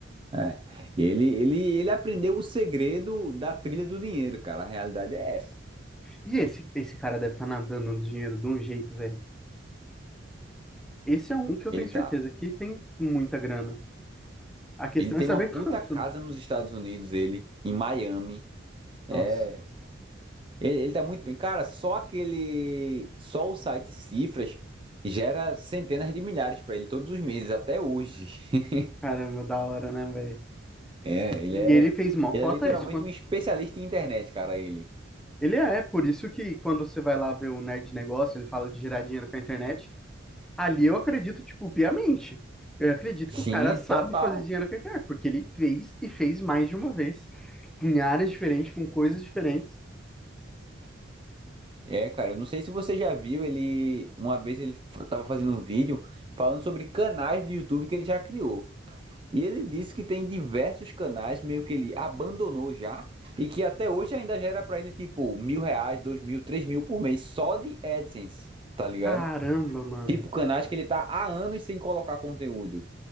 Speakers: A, on the right; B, in the centre.
A: É. Ele, ele, ele aprendeu o segredo da trilha do dinheiro, cara. A realidade é essa.
B: E esse, esse cara deve estar nadando no dinheiro de um jeito, velho. Esse é um que eu
A: Ele
B: tenho certeza
A: tá.
B: que tem muita grana. A questão
A: Ele tem
B: é saber
A: uma
B: <laughs>
A: puta
B: quanto.
A: casa
B: né?
A: nos Estados Unidos, ele, em Miami. É.
B: Nossa,
A: Ele, ele tá muito bem. Cara, só aquele. Só o site Cifras gera centenas de milhares pra ele todos os meses, até hoje. <laughs>
B: caramba, da hora, né, velho?
A: É, ele
B: E
A: é.
B: ele fez mó
A: Ele
B: cota
A: é literalmente
B: isso. Quando...
A: um especialista em internet, cara, ele.
B: Ele é, por isso que quando você vai lá ver o Nerd Negócio, ele fala de gerar dinheiro com a internet. Ali eu acredito, tipo, piamente. Eu acredito
A: Sim,
B: que o cara sabe
A: total.
B: fazer dinheiro com a internet, porque ele fez e fez mais de uma vez, em áreas diferentes, com coisas diferentes.
A: É, cara, eu não sei se você já viu, ele uma vez ele f- tava fazendo um vídeo falando sobre canais do YouTube que ele já criou. E ele disse que tem diversos canais meio que ele abandonou já e que até hoje ainda gera pra ele tipo mil reais, dois mil, três mil por mês só de AdSense, tá ligado?
B: Caramba, mano.
A: Tipo canais que ele tá há anos sem colocar conteúdo.